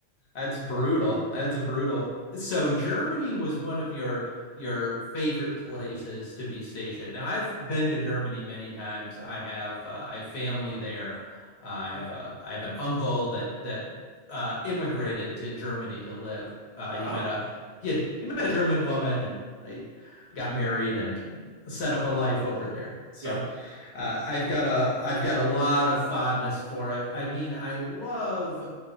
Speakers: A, on the left; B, on the right.
A: that's brutal. That's brutal. So Germany was one of your your favorite places to be stationed. Now I've been to Germany many times. I have uh, I have family there. Uh, I
B: Mm-hmm.
A: have a I have an uncle that that uh, immigrated to Germany to live. Uh,
B: Wow,
A: he met a he had he met a German
B: <clears throat>
A: woman and they got married and set up a life over there. So
B: yeah,
A: uh, I've got a I've got a lot of fondness for it. I mean, I love